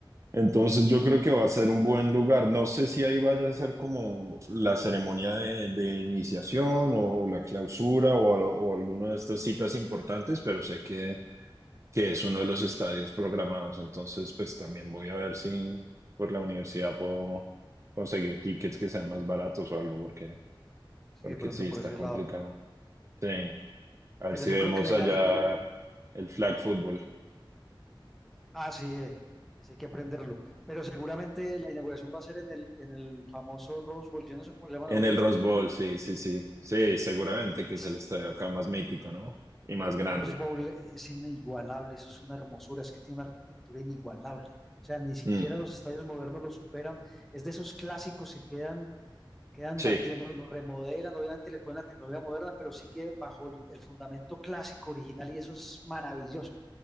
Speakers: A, on the right; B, in the centre.
A: Entonces yo creo que va a ser un buen lugar. No sé si ahí vaya a ser como la ceremonia de, de iniciación o la clausura o, o alguna de estas citas importantes, pero sé que, que es uno de los estadios programados. Entonces pues también voy a ver si por la universidad puedo conseguir tickets que sean más baratos o algo, porque,
B: Sí,
A: porque
B: de pronto
A: sí,
B: por
A: está
B: ese
A: complicado.
B: lado.
A: Sí, a ver
B: Pero
A: si
B: yo
A: vemos
B: creo que la
A: allá
B: inauguración...
A: el flag football.
B: Ah, sí, eh, ese hay que aprenderlo. Pero seguramente la inauguración va a ser en el, en el famoso Rose Bowl. Yo no sé cómo le llaman
A: En
B: ahorita.
A: el Rose Bowl, sí, sí, sí. Sí, seguramente que
B: Sí.
A: es el estadio acá más mítico, ¿no? Y más grande.
B: Ese Rose Bowl es inigualable, eso es una hermosura, es que tiene una arquitectura inigualable. O sea, ni siquiera
A: Mm,
B: los estadios modernos lo superan. Es de esos clásicos se quedan, quedan
A: sí.
B: batiendo, lo remodelan, obviamente le ponen la tecnología moderna, pero sigue bajo el, el fundamento clásico original y eso es maravilloso.